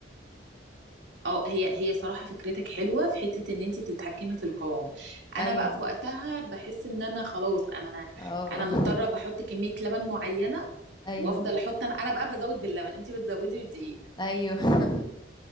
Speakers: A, on the right; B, on the left.
A: اه هي هي صراحه فكرتك حلوه في حته ان انت تتحكمي في القوام
B: ايوه
A: انا بقى في وقتها بحس ان انا خلاص انا
B: اه
A: انا مضطره
B: <laughs>
A: بحط كميه لبن معينه
B: ايوه
A: وافضل احط انا انا بقى بزود باللبن انت بتزودي بالدقيق
B: ايوه <laughs>